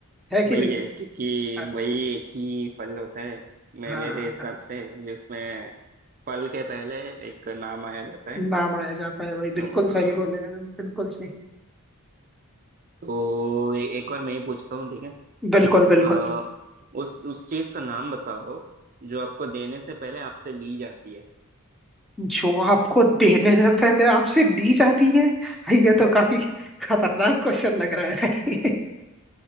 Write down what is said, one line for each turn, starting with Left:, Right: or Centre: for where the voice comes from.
Centre: है
Right: वही
Centre: कि नहीं
Right: है क्योंकि
Centre: हाँ
Right: वही एक ही फल होता है मैं
Centre: हाँ,
Right: मेरे हिसाब
Centre: हाँ,
Right: से जिसमें फल के पहले एक नाम आया जाता है
Centre: नाम आया जाता है भाई
Right: तो
Centre: बिल्कुल
Right: हाँ
Centre: सही बोले हैं भाई बिल्कुल सही
Right: तो ए, एक बार मैं ही पूछता हूँ ठीक है
Centre: बिल्कुल बिल्कुल
Right: अ, उस उस चीज का नाम बताओ जो आपको देने से पहले आपसे ली जाती है
Centre: जो आपको देने से पहले आपसे ली जाती है
Right: <laughs>
Centre: ये तो काफी खतरनाक क्वेश्चन लग रहा है